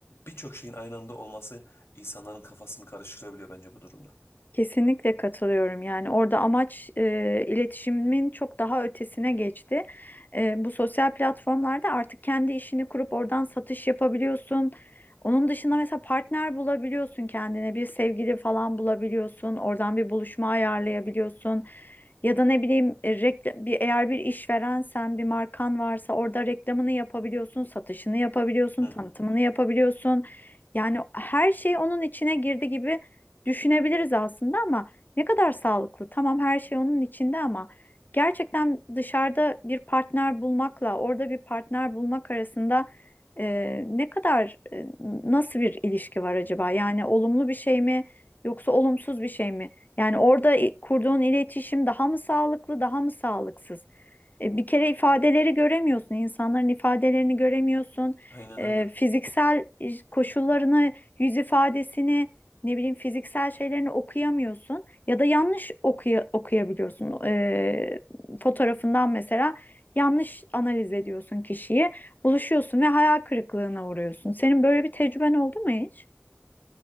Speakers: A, on the left; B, on the left.
A: birçok şeyin aynı anda olması insanların kafasını karıştırabiliyor bence bu durumda.
B: Kesinlikle katılıyorum. Yani orada amaç e, iletişimin çok daha ötesine geçti. E, bu sosyal platformlarda artık kendi işini kurup oradan satış yapabiliyorsun. Onun dışında mesela partner bulabiliyorsun kendine, bir sevgili falan bulabiliyorsun. Oradan bir buluşma ayarlayabiliyorsun. Ya da ne bileyim e, rekla- bir, eğer bir işverensen, bir markan varsa orada reklamını yapabiliyorsun, satışını yapabiliyorsun,
A: Hı
B: tanıtımını
A: hı.
B: yapabiliyorsun. Yani her şey onun içine girdi gibi düşünebiliriz aslında ama ne kadar sağlıklı? Tamam her şey onun içinde ama gerçekten dışarıda bir partner bulmakla orada bir partner bulmak arasında e, ne kadar e, nasıl bir ilişki var acaba? Yani olumlu bir şey mi yoksa olumsuz bir şey mi? Yani orada i- kurduğun iletişim daha mı sağlıklı, daha mı sağlıksız? E, bir kere ifadeleri göremiyorsun, insanların ifadelerini göremiyorsun.
A: Aynen
B: E,
A: öyle.
B: fiziksel iş- koşullarını, yüz ifadesini, ne bileyim fiziksel şeylerini okuyamıyorsun ya da yanlış okuya, okuyabiliyorsun. E, fotoğrafından mesela yanlış analiz ediyorsun kişiyi, buluşuyorsun ve hayal kırıklığına uğruyorsun. Senin böyle bir tecrüben oldu mu hiç?